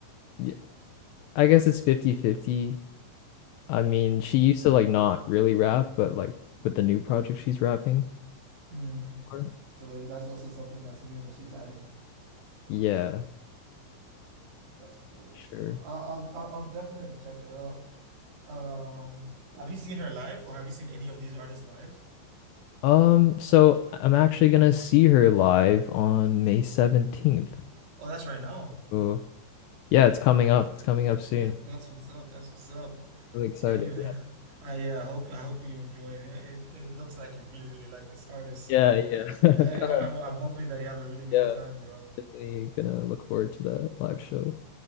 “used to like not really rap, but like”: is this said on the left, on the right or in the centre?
Left